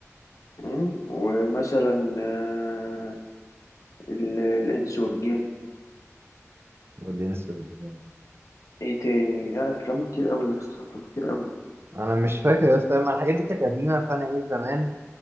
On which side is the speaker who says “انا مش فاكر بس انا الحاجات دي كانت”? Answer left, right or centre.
Right